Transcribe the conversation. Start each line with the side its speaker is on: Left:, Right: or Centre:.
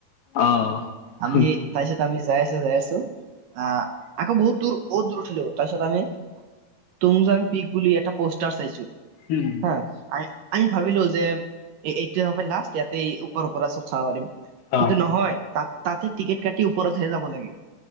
Left: অ
Right: আমি
Left: উম,
Right: তাৰ পিছত আমি যাই আছো, যাই আছো, আহ আকৌ বহু তোৰ বহুত দূৰত তাৰ পিছত আমি তুংজাং পিক বুলি এটা পছ ষ্টাৰ চাইছো
Left: উম,
Right: হ আমি, আমি ভাবিলো যে এই, এইটো হব লাষ্ট, ইয়াতে ওপৰৰ পৰা চব চাব পাৰিম। কিন্তু
Left: অ
Right: নহয়, তাত তাতে টিকট কাটি ওপৰতহে যাব লাগে